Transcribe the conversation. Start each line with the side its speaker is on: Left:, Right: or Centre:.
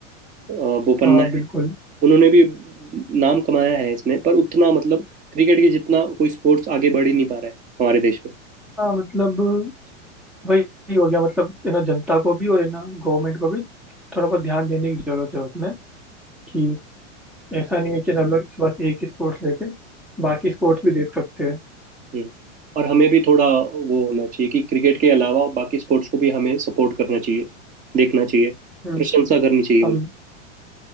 Right: अ, बोपन्ना
Centre: हाँ बिल्कुल
Right: है उन्होंने भी नाम कमाया है इसमें पर उतना मतलब क्रिकेट के जितना कोई स्पोर्ट्स आगे बढ़ ही नहीं पा रहा है हमारे देश में
Centre: हाँ मतलब वही हो गया मतलब है ना जनता को भी और है ना गवर्नमेंट को भी थोड़ा बहुत ध्यान देने की जरूरत है उसमें कि ऐसा नहीं है कि सब लोग बस एक ही स्पोर्ट्स लेके बाकी स्पोर्ट्स भी देख सकते हैं
Right: हम्म और हमें भी थोड़ा वो होना चाहिए कि क्रिकेट के अलावा बाकी स्पोर्ट्स को भी हमें सपोर्ट करना चाहिए देखना चाहिए
Centre: हम्म
Right: प्रशंसा करनी चाहिए
Centre: हम
Right: बल्कि